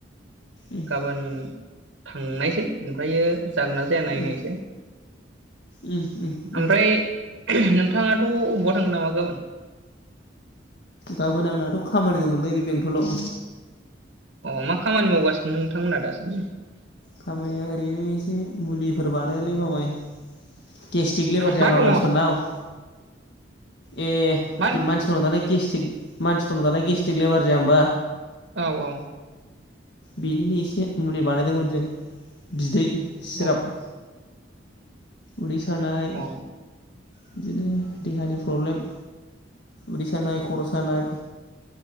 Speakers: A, on the left; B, on the right.
A: उम
B: गाबोन थांनायसै ओमफ्रायो जागोन ना जाया नायनायसै
A: उम उम उम उम
B: ओमफ्राय नोंथाङाथ' अबावबा थांगोन नामा गाबोन
A: गाबोन नांनाथ' खामानि दंमोनलै बे बेंथलाव
B: अ मा खामानि मावगासिनो नोंथांमोनहा दासान्दि
A: खामानिया ओरैनो एसे मुलिफोर बानायोलाय मामाय गेस्टिक लेभार
B: मा
A: जाया होमबा
B: दङ
A: मानसिफोरनाव ए
B: मा
A: मानसिफोरनाव दालाय गेस्थिक मानसिफोरनाव दालाय गेस्टिक लेबार जाया होमबा
B: औ औ
A: बेनिनो एसे मुलि बानायदोंमोन जों बिदै सिराप
B: औ अ
A: उदै सानाय
B: अ
A: बिदिनो देहानि प्रब्लेम उदै सानाय खर' सानाय